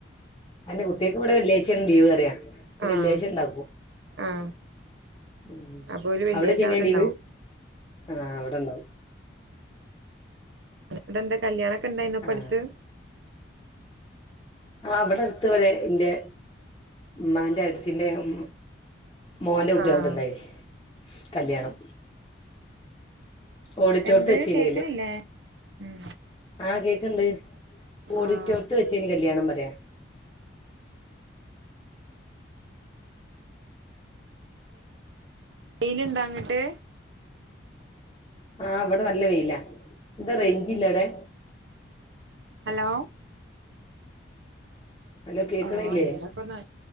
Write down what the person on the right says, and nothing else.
ആഹ്
ആഹ്
അപ്പൊ ഓല് വെള്ളിയാഴ്ച
ഇണ്ടാവും
അടെ എന്താ കല്യാണൊക്കെ ഉണ്ടായിനൊ പ്പ
അടുത്ത്.
ആഹ്
എന്ത്
കേക്കണില്ലേ?
ഉം
ആഹ്
വെയില്ണ്ടോ അങ്ങട്ട്
ഹലോ
ആഹ് ഇവിടെപ്പന്ന്